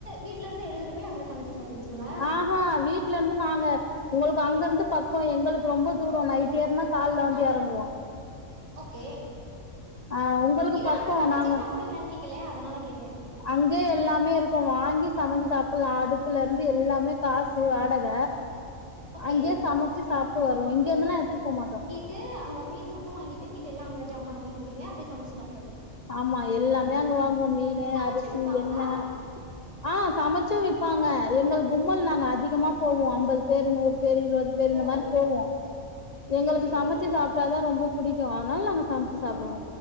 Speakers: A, on the right (about 25°); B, on the left (about 40°).
A: வீட்லிருந்து எடுத்துட்டு போய் அங்க சமைச்சு சாப்டுவீங்ளா
B: ஆஹா வீட்ல இருந்து நாங்க உங்களுக்கு அங்கிருந்து ப க்கோ எங்களுக்கு ரொம்ப தூரோ நைட் ஏறுனா கால்ல வந்து
A: ஆ
B: எறங்குவோ
A: ஓகே
B: ஆ உங்களுக்கு
A: இல்ல
B: பக்கோ
A: அங்க சமச்சி
B: நாங்க
A: சாப்டுவேன்விங்களே அதனால கேட்டேன்
B: அங்கயே எல்லாமே இருக்கு வாங்கி சமச்சி சாப்பல்லா அடுப்புலிருந்து எல்லாமே காசு வாடக
A: ஓகே
B: அங்கயே சமச்சி சாப்ட்டு வருவோ இங்க இருந்தெல்லா எடுத்துட்டு போ மாட்டோ
A: ட்டு அங்க மீன் மட்டு வாங்கிட்டு மீதியெல்லா அங்க ஜாமான் வாங்கிட்டுங்க அப்டியே சமச்சி சா
B: ஆமா எல்லாமே அங்க வாங்குவோ மீனு,
A: சமைச்சு
B: அரிசி,
A: விப்பாங்களா
B: எண்ணெ ஆ சமச்சூ வெப்பாங்க எங்கள் கும்மல் நாங்க அதிமா போவோ அம்பது பேரு நூறு பேரு இருவது பேரு இந்த
A: ஓ
B: மாரி போவோ எங்களுக்கு
A: சேரி சேரி
B: சமச்சு சாப்ட்டாதா ரொம்ப புடிக்கு அதனால நாங்க சமச்சு
A: ம்
B: சாப்டுவோ
A: ம்